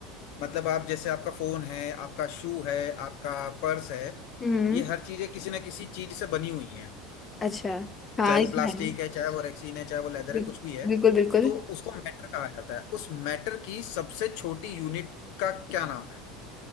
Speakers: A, on the left; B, on the left.
A: मतलब आप जैसे आपका फोन है आपका शू है आपका पर्स है
B: हम्म,
A: ये हर चीजें किसी ना किसी चीज से बनी हुई हैं
B: अच्छा हाँ
A: चाहे
B: ये
A: वो
B: तो
A: प्लास्टिक
B: है
A: है चाहे वो रेक्सीन है चाहे वो लेदर है
B: बिल-
A: कुछ भी है
B: बिल्कुल बिल्कुल
A: तो उसको मैटर कहा जाता है उस मैटर की सबसे छोटी यूनिट का क्या नाम है